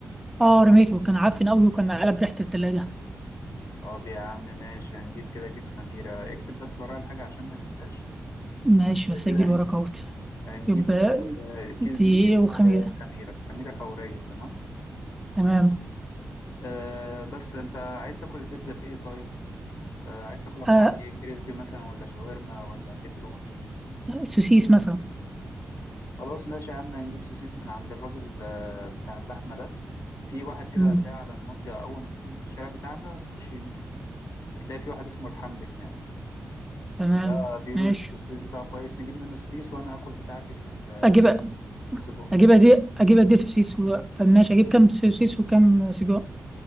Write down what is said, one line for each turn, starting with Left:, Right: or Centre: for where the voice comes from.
Centre: اه رميته كان عفن قوي وكان قلب ريحة التلاجة
Left: طب يا عم ماشي هنجيب كده كيس خميرة اكتب بس ورايا الحاجة عشان ما ننساش
Centre: ماشي مسجل
Left: كده هنجيب,
Centre: وراك اهوت
Left: هنجيب
Centre: يبقى
Left: آه، كيس
Centre: دقيقة
Left: دقيق
Centre: وخميرة
Left: وخميرة خميرة فورية تمام
Centre: تمام
Left: آه بس انت عايز تاكل البيتزا بايه طيب آه عايز تاكلها بطعم
Centre: آه
Left: ايه كريسبي مثلا ولا شاورما ولا بيبروني
Centre: سوسيس مثلا
Left: خلاص ماشي يا عم هنجيب سوسيس من عند الراجل آه، بتاع اللحمة ده في واحد كده
Centre: مم.
Left: هتلاقيه على الناصية أول ما تخرج من الشارع بتاعنا تخش يمين هتلاقي في واحد اسمه الحمد هناك
Centre: تمام
Left: ده بيقولوا
Centre: ماشي
Left: السيس بتاعه كويس نجيب منه السيس وأنا هاكل بتاعتي بال-
Centre: اجيبها
Left: بالسجق
Centre: اجيبها دي اجيبها دي سوسيس و... طب ماشي اجيب كام سوسيس وكام سجق